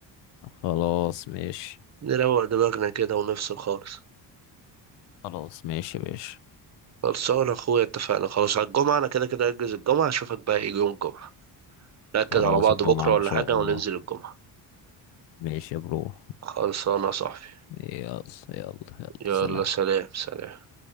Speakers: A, on the left (about 80°); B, on the right (about 40°).
A: خلاص ماشي
B: نروق دماغنا كده ونفصل خالص
A: خلاص ماشي يا باشا
B: خلصانة اخويا اتفقنا خلاص على الجمعة انا كده كده اجهز الجمعة اشوفك بقى ايه يوم الجمعة نأكد
A: خلاص
B: على بعض
A: الجمعه
B: بكرة
A: ان
B: ولا
A: شاء
B: حاجة
A: الله
B: وننزل الجمعة
A: ماشي يا برو
B: خلصانة يا صاحبي
A: يلا يلا يلا
B: يلا
A: سلام
B: سلام سلام